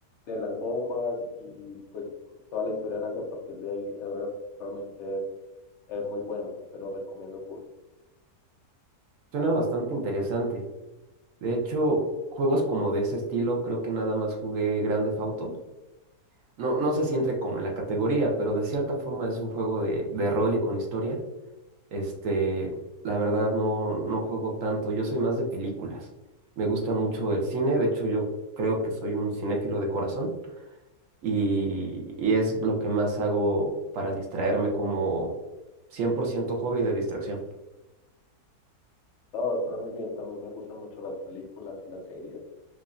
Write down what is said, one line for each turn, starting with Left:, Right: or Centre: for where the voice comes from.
Left: de las bombas y pues toda la historia nace a partir de ahí. Es re- realmente es muy bueno, te lo recomiendo full.
Right: Suena bastante interesante. De hecho, juegos como de ese estilo, creo que nada más jugué Grande Theft Auto. No, no sé si entre como en la categoría, pero de cierta forma es un juego de, de rol y con historia. Este, la verdad no, no juego tanto, yo soy más de películas. Me gusta mucho el cine, de hecho yo creo que soy un cinéfilo de corazón. y, y es lo que más hago para distraerme como 100% hobby de distracción.
Left: Todo suena muy bien, también me gustan mucho las películas y las series.